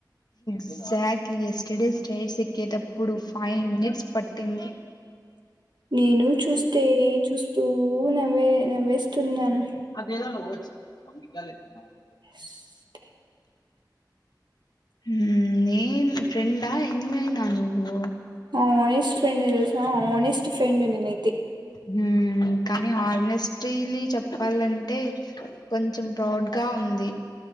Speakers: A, on the left (about 60°); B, on the right (about 70°).
A: ఎగ్జాక్ట్లీ ఎస్టర్డే స్టేర్స్ ఎక్కేటప్పుడు ఫైవ్ మినిట్స్ పట్టింది.
B: నేను చూస్తే చూస్తూ ను నవ్వే నవ్వేస్తున్నాను
A: ఆ తనాలో వచ్చ అమ్ కాల తనాలో
B: ఉషు
A: ఉ నేను ఫ్రెండా ఎనిమి అయినావ నువ్వు
B: హ ఇష్ట ఫ్రెండ్ చూసినవా హాని స్ట్ ఫ్రెండ్ నేనైతే
A: హ్ కానీ హానెస్ట్ డైలీ చెప్పాలం టే కొంచెం ప్రౌడ్ గా ఉంది